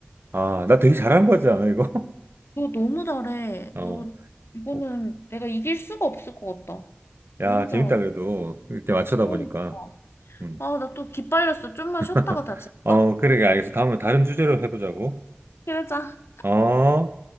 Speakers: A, on the right; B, on the left.
A: 아, 나 되게 잘한 거지 않아, 이거? <laughs>
B: 너 너무 잘해.
A: 어.
B: 너 이거는
A: 어,
B: 내가 이길 수가 없을 것 같다.
A: 야,
B: 너무
A: 재밌다,
B: 잘한다.
A: 그래도. 이렇게 맞추다
B: 그러니까.
A: 보니까. 음.
B: 아, 나 또 기빨렸어. 좀만
A: <laughs>
B: 쉬었다가 다시.
A: 어,
B: 어?
A: 그러게, 알겠어. 다음에 다른 주제로 해보자고.
B: 그러자.
A: 어.